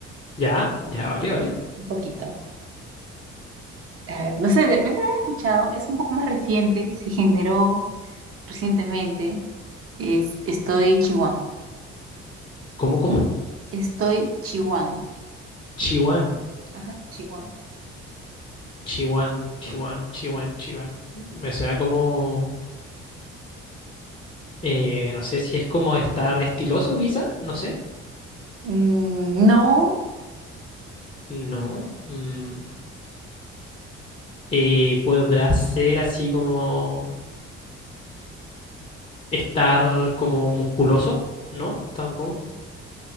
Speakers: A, on the left (about 20°); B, on the right (about 40°).
A: ya, ya, vale, vale.
B: Un poquito. A ver, no sé, de repente lo has escuchado, es un poco más reciente, se generó recientemente. Es Estoy Chihuahua.
A: ¿Cómo, cómo?
B: Estoy chihuán.
A: Chiwan,
B: Ajá, chihuán.
A: Chiwan, Chiwan, Chiwan, Chiwan. Me suena como, eh, no sé si es como estar estiloso, quizá, no sé.
B: Mm, no,
A: No. mm, eh, podrá ser así como estar como musculoso, ¿no? Tampoco.